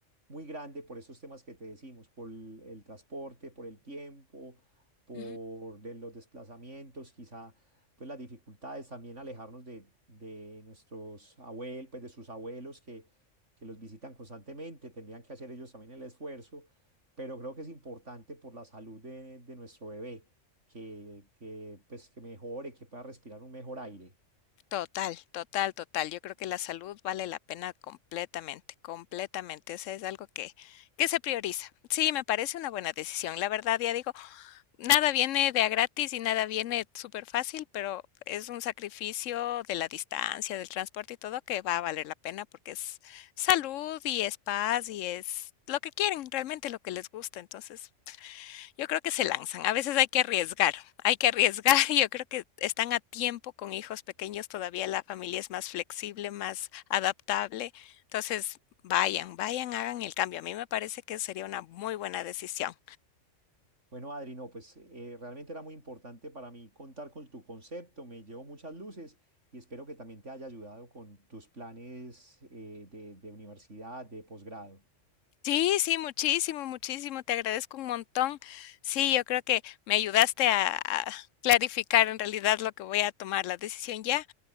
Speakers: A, on the right; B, on the left.
A: muy grande por esos temas que te decimos, por el, el transporte, por el tiempo, por
B: Ujú.
A: de los desplazamientos, quizá pues las dificultades también alejarnos de, de nuestros abuelos, pues de sus abuelos que, que los visitan constantemente, tendrían que hacer ellos también el esfuerzo, pero creo que es importante por la salud de, de nuestro bebé, que, que, pues, que mejore, que pueda respirar un mejor aire.
B: Total, total, total. Yo creo que la salud vale la pena completamente, completamente. Ese es algo que, que se prioriza. Sí, me parece una buena decisión. La verdad, ya digo, nada viene de a gratis y nada viene súper fácil, pero es un sacrificio de la distancia, del transporte y todo que va a valer la pena porque es salud y es paz y es lo que quieren, realmente lo que les gusta. Entonces, yo creo que se lanzan. A veces hay que arriesgar, hay que arriesgar. <laughs> y Yo creo que están a tiempo con hijos pequeños, todavía la familia es más flexible, más adaptable. Entonces, vayan, vayan, hagan el cambio. A mí me parece que sería una muy buena decisión.
A: Bueno, Adri, no, pues eh, realmente era muy importante para mí contar con tu concepto, me llevo muchas luces y espero que también te haya ayudado con tus planes eh, de, de universidad, de posgrado.
B: Sí, sí, muchísimo, muchísimo. Te agradezco un montón. Sí, yo creo que me ayudaste a, a clarificar en realidad lo que voy a tomar, la decisión ya.